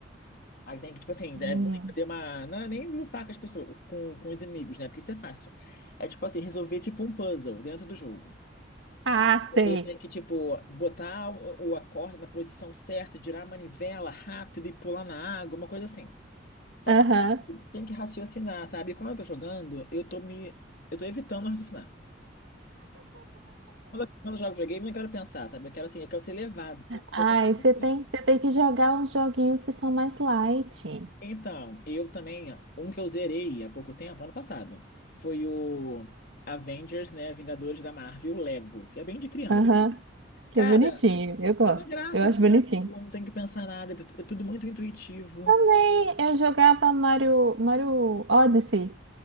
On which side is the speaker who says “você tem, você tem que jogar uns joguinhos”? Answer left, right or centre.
Right